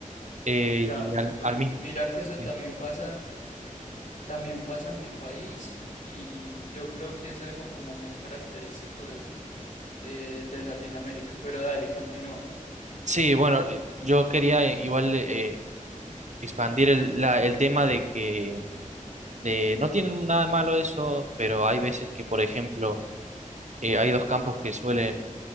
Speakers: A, on the right; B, on the left.
A: Eh,
B: Ya,
A: y al,
B: pues
A: al mismo...
B: mira que eso
A: Sí,
B: también pasa, también pasa en mi país y yo creo que es algo como muy característico de, eh, de Latinoamérica. Pero dale, continúa.
A: Sí, bueno, eh, yo quería eh, igual eh, expandir el, la- el tema de que de, no tienen nada de malo eso, pero hay veces que, por ejemplo, eh, hay dos campos que suelen